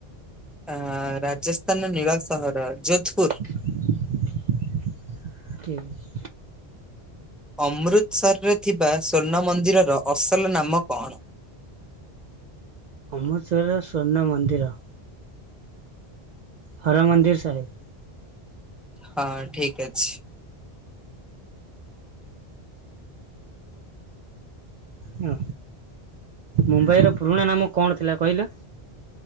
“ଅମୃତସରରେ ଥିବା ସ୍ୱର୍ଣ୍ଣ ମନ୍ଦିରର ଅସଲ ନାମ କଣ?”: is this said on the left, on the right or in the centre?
Centre